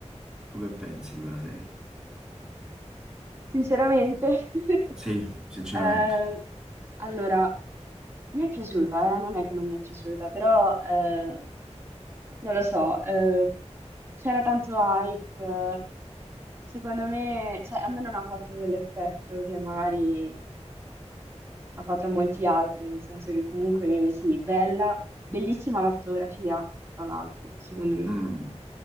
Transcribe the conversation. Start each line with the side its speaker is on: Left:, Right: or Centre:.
Centre: Tu che pensi di quella serie?
Right: sinceramente. <laughs>
Centre: Sì, sinceramente.
Right: Eh, allora, mi è piaciuta, eh, Non è che non mi è piaciuta, però eh, non lo so, eh, c'era tanto hype. eh, Secondo me, cioè, a me non ha fatto quell'effetto che magari ha fatto a molti altri, nel senso che comunque sì, bella, bellissima la fotografia, tra l'altro, secondo me
Centre: Mm.